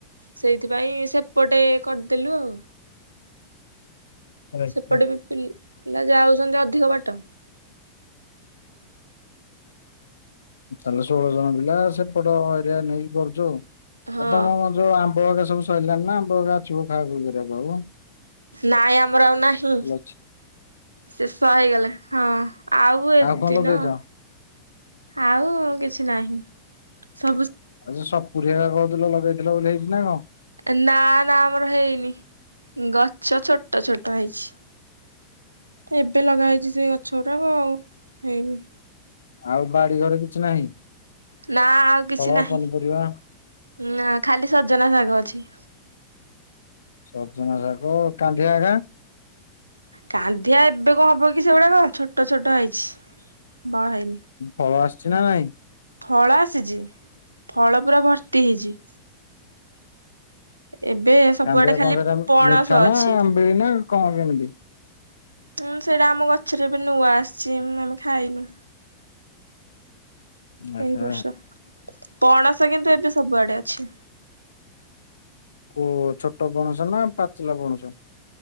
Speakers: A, on the right; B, on the left.
A: ସେଇଥିପାଇଁ ସେପଟେ କରିଦେଲୁ ଆଉ।
B: ଆଜ୍ଞା।
A: ସେପଟେ ବି ପିଲ ପିଲା ଯାଉଛନ୍ତି ଅଧିକ ବାଟ।
B: ତାହେଲେ ଷୋହଳ ଜଣ ପିଲା ସେପଟ ଏରିଆ ନେଇକି କରୁଛ ଆଉ
A: ହଁ
B: ତମ ଯୋଉ ଆମ୍ବ ଏକା ସବୁ ସରିଲାଣି ନା ଆମ୍ବ ଏକା ଅଛି ବୋ ଖା ଖୁଇ କରି ବାକୁ।
A: ନାଇଁ ଆମର ଆଉ ନାହିଁ।
B: ଅଛି
A: ଶେଷ ହେଇଗଲା ହଁ ଆଉ ଏଦିନ
B: କଣ ଲଗେଇଛ?
A: ଆଉ କିଛି ନାହିଁ ସବୁ
B: ଆଉ ସେ ସପୁରୀ ଏରା କହୁଥିଲ ଲଗେଇଥିଲ ବୋଲି ହେଇଛି ନା କଣ?
A: ନାଁ ନାଁ ଆମର ହେଇନି ଗଛ ଛୋଟ ଛୋଟ ହେଇଛି। ଏବେ ଲଗା ହେଇଛି ସେଇ ଗଛ ଗୁରାକ ଆଉ ହେଇନି।
B: ଆଉ ବାଡି ଘରେ କିଛି ନାହିଁ?
A: ନାଁ ଆଉ କିଛି
B: ଫଳ
A: ନାହିଁ
B: ପନିପରିବା
A: ନା ଖାଲି ସଜନା ଶାଗ ଅଛି।
B: ସଜନା ଶାଗ କାନ୍ଧିଆ ଗା?
A: କାନ୍ଧିଆ ଏବେ କଣ ହବ କି ସେଗୁଡାକ ଛୋଟ ଛୋଟ ହେଇଛି ବଡ ହେଇନି।
B: ଫଳ ଆସିଛି ନା ନାଇଁ?
A: ଫଳ ଆସିଛି ଫଳ ପୁରା ଭର୍ତ୍ତି ହେଇଚି। ଏବେ ସବୁଆଡେ
B: କାନ୍ଦିଆ
A: ଖାଲି
B: କଣ ସେଟା
A: ପଣସ
B: ମିଠା ନା
A: ଅଛି
B: ଆମ୍ବିଳି ନାଁ କଣ କେମିତି?
A: ହଁ ସେଇଟା ଆମ ଗଛରେ ଏବେ ନୂଆ ଆସିଛି ଆମେ ଖାଇନୁ।
B: ଆଚ୍ଛା
A: ଏଇ ବର୍ଷ ପଣସ କିନ୍ତୁ ଏବେ ସବୁଆଡେ ଅଛି।
B: କୁ ଛୋଟ ପଣସ ନା ପାଚିଲା ପଣସ?